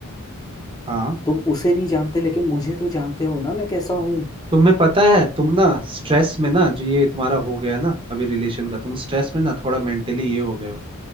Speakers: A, on the right; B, on the left.
A: हाँ
B: तुम उसे नहीं जानते लेकिन मुझे तो जानते हो ना मैं कैसा हूँ
A: तुम्हें पता है तुम ना स्ट्रेस में ना जो ये तुम्हारा हो गया ना अभी रिलेशन का तुम स्ट्रेस में ना थोड़ा मेंटली ये हो गए हो